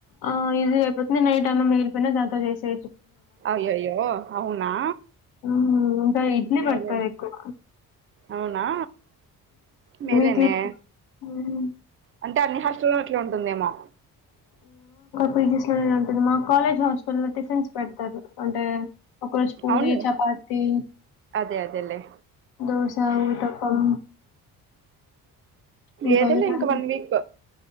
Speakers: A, on the left; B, on the right.
A: ఆ ఇది ఐపోతుంది నైట్ అన్నం మిగిలిపోయిన దాంతో చేసే
B: అయ్యయ్యో అవునా
A: ఉ ఇంకా ఇడ్లీ
B: మేలే
A: పెర్తారు ఎక్కువ
B: అవునా మేలె
A: వీక్లీ
B: నే
A: హ్మ్.
B: అంటే అన్ని హాస్టల్లో అట్లా ఉంటుందేమో
A: పీజీస్ లోనే ఉంటంది మా కాలేజ్ హాస్టల్ లో టిషన్స్ పెడతారు ఒక రోజు పూరి
B: అవునులే
A: చపాతి
B: అదే అదేలే
A: దోస ఊతప్పం ఇంకోది
B: ఏదోలే
A: కానీ
B: వన్ వీక్